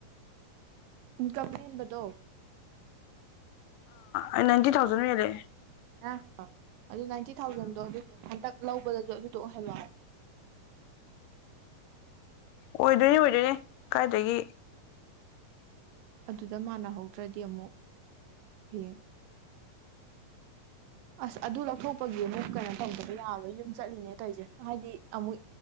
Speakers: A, on the right (about 85°); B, on the left (about 80°).
A: ꯏꯟꯀ ꯃꯦꯟꯕꯗꯣ
B: ꯑ ꯅꯥꯏꯟꯇꯤ ꯊꯥꯎꯖꯟ ꯑꯣꯏꯂꯦ
A: ꯑ ꯍ ꯑꯗꯨ ꯅꯥꯏꯟꯇꯤ ꯊꯥꯎꯖꯟꯗꯣ ꯑꯗꯨꯗꯣ ꯍꯟꯗꯛ ꯂꯧꯕꯗꯁꯨ ꯑꯗꯨꯗꯣ ꯑꯣꯏꯍꯜꯂꯔꯦ
B: ꯑꯣꯏꯗꯣꯏꯅꯤ ꯑꯣꯏꯗꯣꯏꯅꯦ ꯀꯥꯏꯗꯒꯤ
A: ꯑꯗꯨꯗ ꯃꯥꯟꯅꯍꯧꯗ꯭ꯔꯗꯤ ꯑꯃꯨꯛ ꯍꯌꯦꯡ ꯑꯁ ꯑꯗꯨ ꯂꯧꯊꯣꯛꯄꯒꯤ ꯑꯃ ꯀꯩꯅꯣ ꯇꯝꯕꯗ ꯌꯥꯔꯣꯏ ꯌꯨꯝ ꯆꯠꯂꯤꯅꯦ ꯇꯧꯁꯦ ꯍꯥꯏꯗꯤ ꯑꯃꯨꯛ